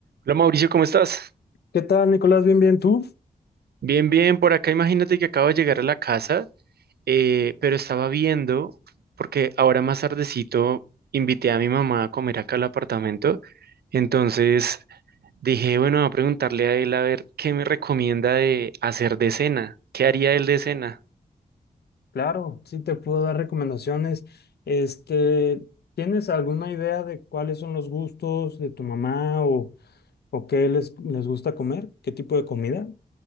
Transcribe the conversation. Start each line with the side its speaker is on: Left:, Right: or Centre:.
Right: Hola Mauricio, ¿cómo estás?
Left: ¿Qué tal, Nicolás? Bien, bien, ¿tú?
Right: Bien, bien, por acá imagínate que acabo de llegar a la casa, eh, pero estaba viendo, porque ahora más tardecito invité a mi mamá a comer acá al apartamento, entonces dije, bueno, voy a preguntarle a él a ver qué me recomienda de hacer de cena, qué haría él de cena.
Left: Claro, sí te puedo dar recomendaciones. Este, ¿tienes alguna idea de cuáles son los gustos de tu mamá o, o qué les, les gusta comer? ¿Qué tipo de comida?